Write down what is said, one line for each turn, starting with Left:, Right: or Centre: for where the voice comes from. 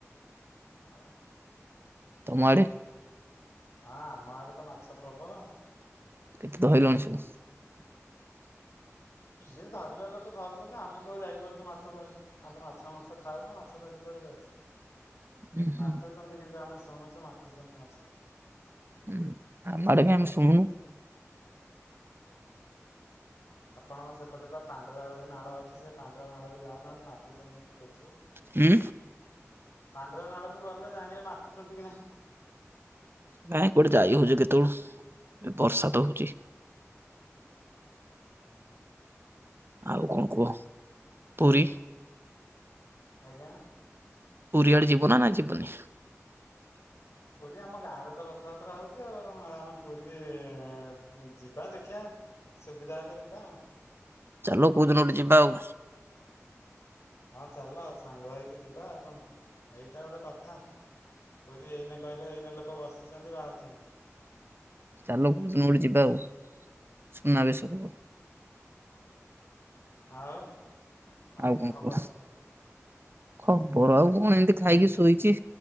Left: ହଁ
Right: ତମଆଡ଼େ?
Left: ହଁ ଆମ ଆଡେ ତ ମାଛ ପ୍ରବଳ
Right: କେତେ ଧରିଲଣି ସବୁ? <inaudible>
Left: ଯିଏ ଧରିବା ଲୋକ ଧରୁଛନ୍ତି, ଆମେ କୋଉ ଯାଇପାରୁଛୁ ମାଛ ଧରି। ଆଉ ତ ମାଛ ମାଂସ ଖାଉନୁ, ମାଛ ଧରି କୁଆଡେ ଯାଉଛି।
Right: ହୁଁ ହୁଁ
Left: ମାତୁଛନ୍ତି, କିନ୍ତୁ ଆମେ ଶୁଣୁଛୁ ମାତୁଛନ୍ତି ମାଛ।
Right: ହଁ ଆମ ଆଡେ କାଇଁ ଆମେ ଶୁଣୁନୁ
Left: ଆପଣଙ୍କ ସେପଟେ ବା ପାଣ୍ଡରା ଗୋଟେ ନାଳ ଅଛି। ସେ ପାଣ୍ଡରା ନାଳକୁ ଯାଉନାହାନ୍ତି ମାତୁଛନ୍ତି କି ନାଇଁ ଦେଖିବେ।
Right: ହୁଁ।
Left: ପାଣ୍ଡରା ନାଳକୁ ଗଲେ ଜାଣିବେ ମାତିୁଛନ୍ତି କି ନାଇଁ।
Right: ନାଇଁ କୋଟେ ଯାଇ ହଉଛି କେତେବେଳୁ, ବର୍ଷା ତ ହଉଛି।
Left: <unintelligible>
Right: ଆଉ କଣ କୁହ ପୁରୀ?
Left: ଆଜ୍ଞା।
Right: ପୁରୀ ଆଡେ ଯୀବ ନା ଯିବନି?
Left: ପୁରୀ ଆମ ଗାଁରେ ତ ରଥଯାତ୍ରା ହଉଛି ଆଉ, ଆମେ ପୁରୀ ଯିବା ଦେଖିବା। ସୁବିଧା ହେଲେ ଯିବା।
Right: ଚାଲୁନ କୋଉ ଦିନ ଗୋଟେ ଯିବା ଆଉ।
Left: ହଁ ଚାଲ ସାଙ୍ଗ ହେଇକି ଯିବା ଆଉ କଣ ଏଇଟା ଗୋଟେ କଥା। ପୁରୀ ଏଇନେ କହିଲେ, ଏଇନେ ଲୋକ ବସିଛନ୍ତି ବାହାରୁଛନ୍ତି।
Right: ଚାଲ କୋୖଦିନ ଗୋଠେ ଯିବା ଆଉ, ସୁନାବେସ କୁ।
Left: ଆଉ।
Right: ଆଉ
Left: କି
Right: କଣ
Left: ଖବର
Right: କୁହ? ଖବର ଆଉ କଣ, ଏମିତି ଖାଇକି ଶୋଇଛି।